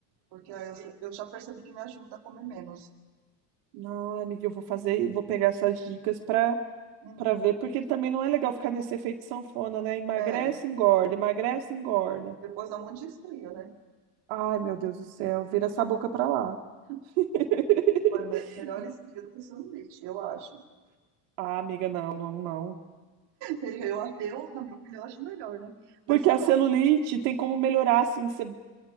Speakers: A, on the right; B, on the right.
A: porque aí eu, eu já percebi que me ajuda a comer menos.
B: Ah, amiga, eu vou fazer, vou pegar essas dicas pra,
A: Uhum.
B: pra ver, porque também não é legal ficar nesse efeito sanfona, né? Emagrece,
A: É,
B: engorda, emagrece, engorda.
A: depois dá um monte de estria, né?
B: Ai, meu Deus do céu, vira essa boca pra lá. <laughs>
A: Olha, me- melhor estria do que celulite, eu acho. <laughs>
B: Ah, amiga, não, não, não.
A: Eu, eu, na minha opinião, acho melhor, né?
B: Porque
A: Mas sabe,
B: a celulite
A: ó,
B: tem como melhorar, assim. Você...